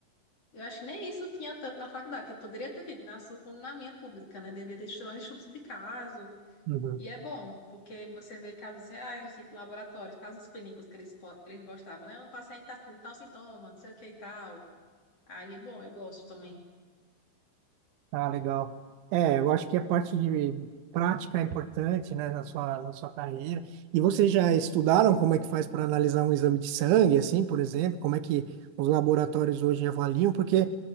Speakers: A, on the left; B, on the right.
A: Eu acho que nem isso tinha tanto na faculdade, que poderia ter tido na sua como na minha pública, né? Devia ter estudado estudos de caso.
B: Uhum.
A: E é bom, porque você vê casos reais, tipo laboratórios, casos clínicos que eles, co- eles gostavam, né? Um paciente tá tendo tal sintoma, não sei o que e tal. Aí é bom, eu gosto também.
B: Ah, legal. É, eu acho que a parte de prática é importante, né, na sua, na sua carreira. E vocês já estudaram como é que faz para analisar um exame de sangue, assim, por exemplo? Como é que os laboratórios hoje avaliam? Porque